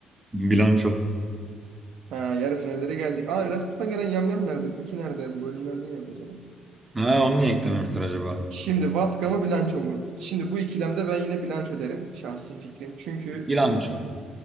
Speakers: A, on the right; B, on the right.
A: Bilanço.
B: Ha, yarı finallere geldik. Aa Erasmus'tan gelen Yamyam nerede? Kuki nerede? Bu bölümler niye yok acaba?
A: Ha onu niye eklememiştir acaba?
B: Şimdi Vatka mı bilanço mu? Şimdi bu ikilemde ben yine bilanço derim. Şahsi fikrim. Çünkü
A: Bilanço.